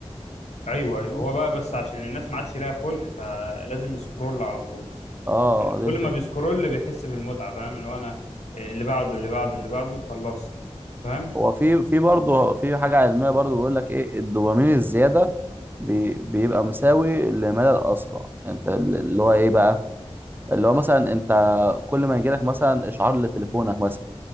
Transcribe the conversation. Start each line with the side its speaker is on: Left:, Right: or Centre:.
Right: انت
Left: ايوه
Right: فاهمني؟
Left: ايوه هو بقى بس عشان الناس ما عادش ليها خلق فلازم يسكرول على طول
Right: اه دي
Left: كل
Right: الفكرة
Left: ما بيسكرول بيحس بالمتعه فاهم اللي هو انا آه، اللي بعده اللي بعده اللي بعده خلاص فاهم
Right: هو في في برضه في حاجة علمية برضه بيقول لك ايه الدوبامين الزيادة بي بيبقى مساوي لمدى الأسرع يعني انت اللي هو ايه بقى اللي هو مثلا انت كل ما يجيلك مثلا اشعار لتليفونك مثلا